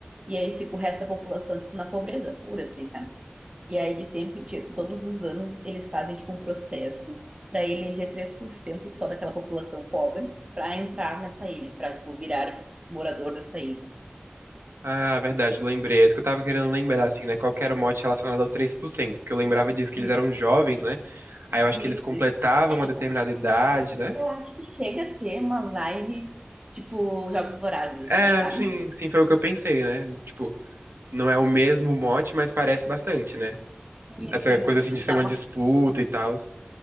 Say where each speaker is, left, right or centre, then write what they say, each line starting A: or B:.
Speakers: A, on the right; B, on the right.
A: E aí fica o resto da população tipo na pobreza pura, assim, sabe? E aí de tempo, em tipo, todos os anos eles fazem tipo um processo para eleger três por cento só daquela população pobre para entrar nessa ilha, para tipo virar morador dessa ilha.
B: Ah, verdade, lembrei. É isso que eu tava querendo lembrar, assim, né? Qual que era o mote relacionado aos três por cento, Porque eu lembrava disso que
A: Isso,
B: eles eram jovens, né? Aí eu acho
A: isso.
B: que eles completavam
A: É
B: uma
A: tipo,
B: determinada idade, né?
A: eu acho que chega a ser uma vibe tipo Jogos Vorazes,
B: É,
A: assim, sabe?
B: sim, sim, foi o que eu pensei, né? Tipo, não é o mesmo mote, mas parece bastante, né?
A: Isso,
B: Essa
A: isso,
B: coisa assim
A: tipo,
B: de ser
A: dá
B: uma
A: uma
B: disputa e tal.